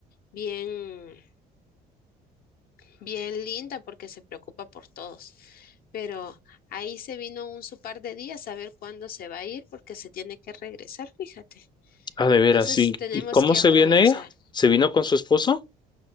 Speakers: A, on the left; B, on the left.
A: bien, bien linda porque se preocupa por todos. Pero ahí se vino un su par de días a ver cuándo se va a ir porque se tiene que regresar, fíjate.
B: Ah, de veras,
A: Entonces
B: sí.
A: tenemos
B: ¿Y cómo
A: que
B: se
A: aprovechar.
B: viene ella? ¿Se vino con su esposo